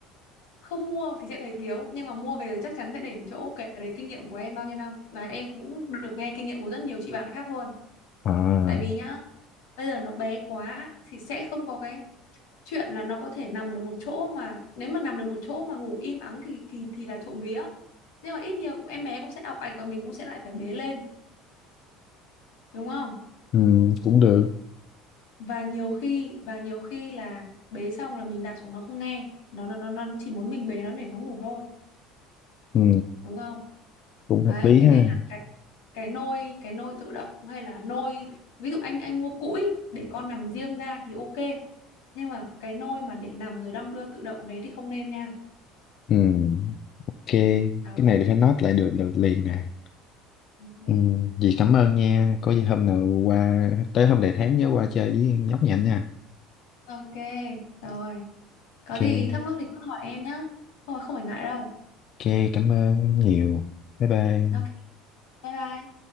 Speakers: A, on the left; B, on the left.
A: không mua thì sẽ thấy thiếu nhưng mà mua về chắc chắn sẽ để một chỗ cái đấy kinh nghiệm của em bao nhiêu năm là em cũng được nghe kinh nghiệm của rất nhiều chị bạn khác luôn
B: à
A: tại vì nhá bây giờ nó bé quá thì sẽ không có cái chuyện là nó có thể nằm được một chỗ mà nếu mà nằm được một chỗ mà ngủ im ắng thì thì thì là trộm vía nhưng mà ít nhiều cũng em bé cũng sẽ ọc ạch và mình cũng sẽ lại phải bế lên đúng không
B: ừ, cũng được
A: và nhiều khi và nhiều khi là bế xong là mình đặt xuống nó không nghe nó nó nó nó chỉ muốn mình bế nó để nó ngủ thôi
B: ừ,
A: đúng không
B: cũng
A: đấy
B: hợp lý
A: thế
B: ha
A: nên là cái nôi cái nôi tự động hay là nôi ví dụ anh anh mua cũi để con nằm riêng ra thì ok nhưng mà cái nôi mà để nằm rồi đong đưa tự động đấy thì không nên nha
B: ừ, ok
A: đó
B: cái này thì phải note lại được được liền nè
A: ok
B: Ừ, dì cảm ơn nha. Có gì hôm nào qua tới hôm đại tháng nhớ qua chơi với nhóc nhạnh nha.
A: ok rồi có
B: Ok,
A: gì thắc mắc thì cứ hỏi em nhá không không phải ngại đâu
B: ok, cảm ơn nhiều. Bye bye.
A: ok bye bye